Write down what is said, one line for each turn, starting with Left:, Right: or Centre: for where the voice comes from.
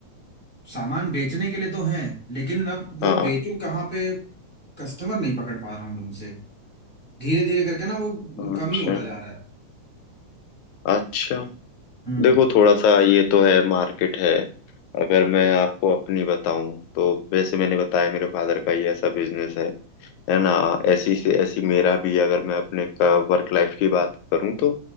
Centre: सामान बेचने के लिए तो है लेकिन अब वो
Left: हाँ
Centre: बेचूं कहाँ पे कस्टमर नहीं पकड़ पा रहा हूँ तुमसे धीरे धीरे करके ना वो
Left: अच्छा
Centre: कम ही होता जा रहा है
Left: अच्छा
Centre: हम्म
Left: देखो थोड़ा सा ये तो है मार्केट है अगर मैं आपको अपनी बताऊं तो वैसे मैंने बताया मेरे फादर का ये ऐसा बिजनेस है है ना ऐसी से ऐसी मेरा भी अगर मैं अपने का वर्क लाइफ की बात करूं तो